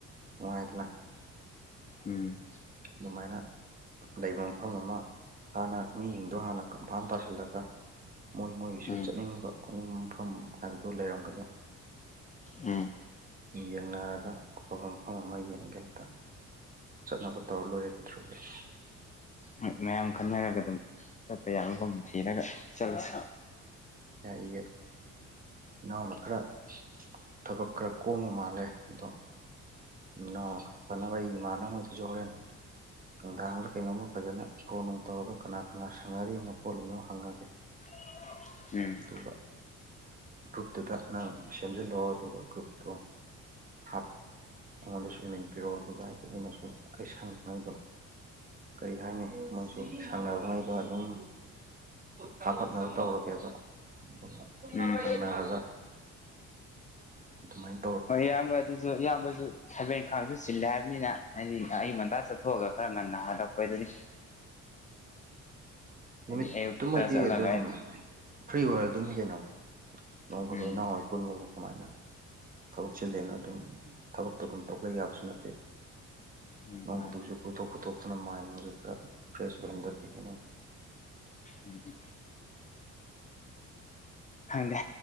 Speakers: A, on the right; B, on the left.
A: ꯅꯨꯡꯉꯥꯏꯗꯅ꯫
B: ꯎꯝ
A: ꯑꯗꯨꯃꯥꯏꯅ ꯂꯩꯕ ꯃꯐꯝ ꯑꯃ꯫ ꯍꯥꯟꯅ ꯃꯤꯁꯤꯡꯗꯣ ꯍꯥꯟꯅ ꯀꯝꯐꯥꯟ ꯇꯥꯁꯤꯜꯂꯒ ꯃꯣꯏ ꯃꯣꯏꯒꯤꯁꯨ
B: ꯎꯝ
A: ꯆꯠꯅꯤꯡꯕ꯫ ꯈꯨꯅꯤꯡ ꯃꯐꯝ ꯍꯥꯏꯕꯗꯨ ꯂꯩꯔꯝꯒꯅꯤ
B: ꯎꯝ
A: ꯌꯦꯡꯅꯔꯒ꯫ ꯑꯐꯕ ꯃꯐꯝ ꯑꯃ ꯌꯦꯡꯒꯦ ꯍꯦꯛꯇ ꯆꯠꯅꯕ ꯇꯧꯔ ꯂꯣꯏꯔꯦ ꯀꯩꯗ꯭ꯔꯣꯔꯒꯦ
B: ꯍꯣꯏ ꯃꯌꯥꯝ ꯈꯟꯅꯔꯒ ꯑꯗꯨꯝ ꯆꯠꯄ ꯌꯥꯕ ꯃꯐꯝ ꯊꯤꯔꯒ ꯆꯠꯂꯁꯤ
A: ꯌꯥꯌꯦ ꯏꯅꯥꯎꯅ ꯈꯔ ꯊꯕꯛ ꯈꯔ ꯀꯣꯝꯕ ꯃꯥꯜꯂꯦ ꯑꯗꯣ꯫ ꯅꯣ ꯐꯅꯅꯕ ꯑꯩ ꯏꯝꯃꯥꯟꯅꯕꯒ ꯊꯤꯡꯗꯣꯛꯈ꯭ꯔꯦ ꯅꯨꯡꯗꯥꯡꯗ ꯀꯩꯅꯣꯝꯃ ꯐꯖꯅ ꯐꯣ ꯅꯨꯡ ꯇꯧꯔꯒ ꯀꯅꯥ ꯀꯅꯥ ꯁꯪꯅꯔꯤꯅꯣ ꯈꯣꯠꯂꯤꯅꯣ ꯍꯪꯉꯒꯦ꯫
B: <unintelligible> ꯎꯝ
A: ꯑꯗꯨꯒ ꯒ꯭ꯔꯨꯞꯇꯨꯗ ꯅꯪ ꯁꯦꯝꯖꯤꯜꯂꯛꯑꯣ ꯑꯗꯨꯒ ꯒ꯭ꯔꯨꯞꯇꯣ꯫ ꯍꯥꯞ ꯑꯩꯉꯣꯟꯗꯁꯨ ꯏꯃꯦꯟ ꯄꯤꯔꯛꯑꯣ ꯑꯗꯨꯒ ꯍꯥꯏꯗꯤ ꯑꯩꯅꯁꯨ ꯑꯩ ꯁꯪꯕꯉ ꯑꯩꯗꯣ ꯀꯔꯤ ꯍꯥꯏꯅꯤ ꯃꯣꯏꯁꯨ ꯁꯥꯟꯅꯕꯉꯩꯗꯣ ꯑꯗꯨꯝ <unintelligible>
B: ꯎꯝ
A: ꯑꯗꯨꯃꯥꯏ꯫
B: ꯍꯣꯏ ꯏꯌꯥꯝꯕ ꯑꯗꯨꯁꯨ ꯏꯌꯥꯝꯕꯁꯨ꯫ ꯊꯕꯛ ꯏꯪꯈꯥꯡꯁꯨ ꯆꯤꯜꯂꯦ ꯍꯥꯏꯕꯅꯤꯅ ꯑꯩ ꯑꯌꯨꯛ ꯉꯟꯇꯥ ꯆꯠꯊꯣꯛꯑꯒ ꯈꯔ ꯉꯟꯅ ꯍꯥꯜꯂꯛꯄ ꯍꯥꯏꯑꯗꯨꯅꯤ ꯍꯥꯏꯗꯤ
A: ꯅꯨꯃꯤꯠꯇꯨꯃꯗꯤ
B: ꯑꯌꯨꯛꯇ ꯆꯠꯂꯒ
A: ꯑꯗꯨꯝ ꯐ꯭ꯔꯤ ꯑꯣꯏꯔꯗꯨꯝꯅꯤ ꯀꯩꯅꯣ ꯅꯣꯡ ꯐꯥꯗꯣꯛ
B: ꯎꯝ
A: ꯏꯅꯥꯎ ꯍꯣꯏ ꯀꯣꯟꯃꯕꯨ ꯀꯃꯥꯏꯅ ꯊꯕꯛ ꯆꯤꯜꯂꯦꯅ ꯑꯗꯨꯝ ꯊꯕꯛꯇꯣ ꯑꯗꯨꯝ ꯇꯣꯛꯂ ꯌꯥꯕꯁꯨ ꯅꯠꯇꯦ꯫
B: ꯎꯝ
A: ꯅꯣꯡꯗꯨꯁꯨ
B: ꯃꯥꯅꯤ
A: ꯀꯣꯏꯊꯣꯛ ꯈꯣꯏꯠꯇꯣꯛꯇꯨꯅ ꯃꯥꯏꯅꯤꯡꯁꯦ ꯈꯔ ꯐ꯭ꯔꯦꯁ ꯑꯣꯏꯍꯟꯗ꯭ꯔꯗꯤ ꯀꯩꯅꯣ꯫
B: ꯎꯝ꯫ ꯈꯪꯗꯦ